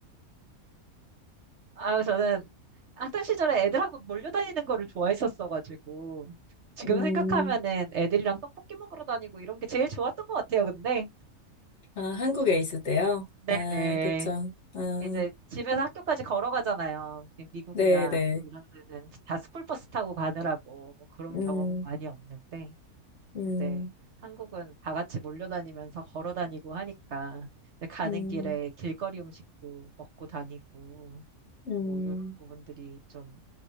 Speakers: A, on the right; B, on the left.
A: 아유 저는 학창 시절에 애들하고 몰려다니는 거를 좋아했었어가지고 지금
B: 음,
A: 생각하면은 애들이랑 떡볶이 먹으러 다니고 이런 게 제일 좋았던 것 같아요. 근데
B: 아, 한국에 있을 때요?
A: 네네
B: 아, 그쵸. 아,
A: 이제 집에서 학교까지 걸어가잖아요. 미국이나
B: 네네.
A: 뭐 이런 데는 다 스쿨버스 타고 가느라고 뭐 그런
B: 음,
A: 경험은 많이 없는데.
B: 음,
A: 근데 한국은 다 같이 몰려다니면서 걸어 다니고 하니까 이제 가는
B: 음,
A: 길에 길거리 음식도 먹고 다니고
B: 음,
A: 뭐 이런 부분들이 좀